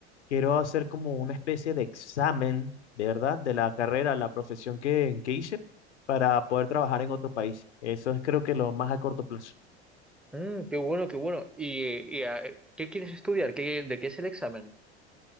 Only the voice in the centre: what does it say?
Mm, qué bueno, qué bueno. ¿Y, y, a- qué quieres estudiar? ¿Qué, de qué es el examen?